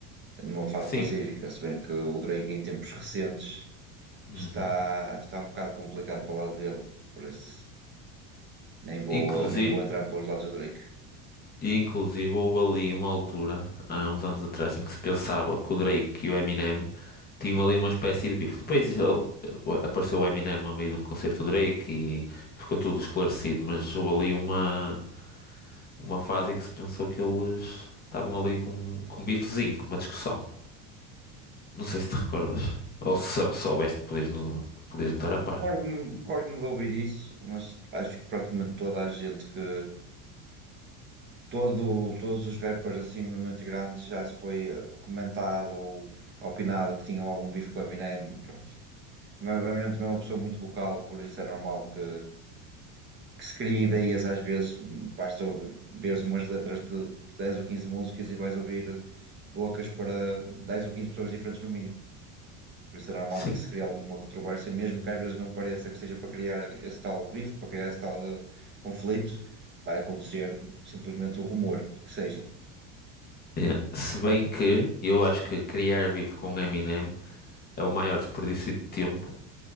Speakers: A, on the right; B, on the left.
A: numa fase
B: Sim.
A: pacífica. Se bem que o Drake, em tempos recentes,
B: Uhum.
A: está, está um bocado complicado para o lado dele, por isso nem vou,
B: Inclusive.
A: eh, nem vou entrar para os lados do Drake.
B: E inclusive houve ali uma altura, há uns anos atrás, em que se pensava que o Drake e o Eminem tinham ali uma espécie de bife. Depois ele- apareceu o Eminem a meio de um concerto do Drake e ficou tudo esclarecido, mas houve ali uma, uma fase em que se pensou que eles estavam ali com, com um bifezinho, com uma discussão. Não sei se te recordas. Ou se sou- soubeste, podias não, podias não estar a par.
A: Recordo-me, recordo-me de ouvir isso, mas acho que praticamente toda a gente que. Todo, todos os rappers assim muito grandes já se foi eh, comentado ou opinado que tinham algum bife com o Eminem. O meu o meu irmão também é uma pessoa muito vocal, por isso é normal que, que se crie ideias às vezes. Basta ver umas letras de 10 ou 15 músicas e vais ouvir bocas para 10 ou 15 pessoas diferentes no mínimo. Por isso é normal
B: Sim.
A: que se crie alguma controvérsia, mesmo que às vezes não pareça que seja para criar esse tal bife, para criar esse tal eh, conflito. Vai acontecer simplesmente o rumor que seja.
B: É. Se bem que eu acho que criar bife com Eminem é o maior desperdício de tempo